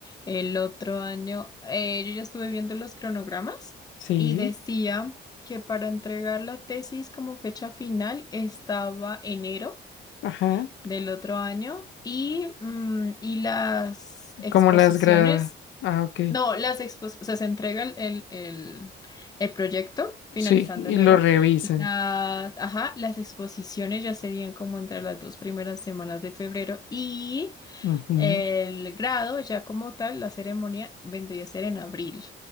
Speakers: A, on the left; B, on the left.
A: el otro año. Eh, yo ya estuve viendo los cronogramas
B: Sí,
A: y decía que para entregar la tesis como fecha final estaba enero
B: ajá.
A: del otro año y, mm, y las exposiciones.
B: Como las gra... Ah, ok.
A: No, las expos, o sea, se entrega el, el, el- el proyecto finalizando
B: Sí, y
A: enero.
B: lo revisan.
A: La- ajá, las exposiciones ya serían como entre las dos primeras semanas de febrero y
B: Ujú.
A: el grado, ya como tal, la ceremonia vendría a ser en abril.